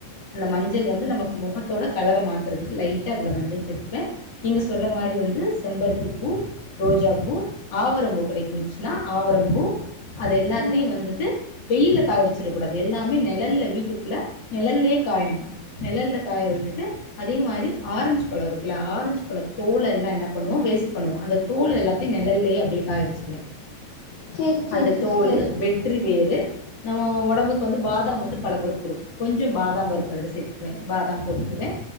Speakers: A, on the left; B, on the left.
A: அந்த மஞ்சள் வந்து நமக்கு முகத்தோட கலர பாக்குறதுக்கு லைட்டா மஞ்சள் சேர்த்துப்பே நீங்க சொல்ற மாதிரி வந்து செம்பருத்தி பூ ரோஜா பூ ஆவரம்பூ கிடைக்கும்னுச்சுனா ஆவரம்பூ அது எல்லாத்தையும்
B: ம்
A: வந்துட்டு வெயில்ல காய வச்சுடக்கூடாது எல்லாமே நிழல்ல வீட்டுக்குள்ள நிழல்ல காயணும் நிழ காய விட்டுட்டு அதே மாதிரி ஆரஞ்சு பழம் இருக்குல ஆரஞ்சு பழ தோலை எல்லாம் என்ன பண்ணுவோம் வேஸ்ட் பண்ணுவோம் அந்த தோல் எல்லாத்தையும் நிழல்லலேயே அப்படியே காய வச்சுருவேன்
B: சரி சரி
A: அந்த
B: சிஸ்டர்
A: தோல் வெற்றி வேரு நம்ம உடம்புக்கு வந்து பாதாம் வந்து பலகொழுப்பு கொடுக்கும் கொஞ்சம் பாதாம் பருப்பு அதுல சேர்த்துக்குவேன் பாதாம் போட்டுக்குவேன்